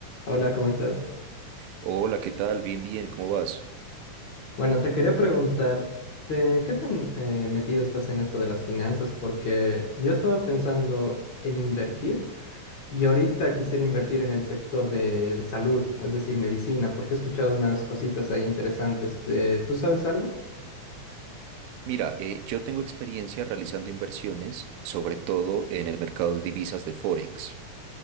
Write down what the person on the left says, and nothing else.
Hola, ¿cómo estás?
Bueno, te quería preguntar, ¿te- ¿qué tan eh, metido estás en esto de las finanzas? Porque yo estaba pensando en invertir y ahorita quisiera invertir en el sector de salud, es decir, medicina, porque he escuchado unas cositas ahí interesantes. Eh, ¿tú sabes algo?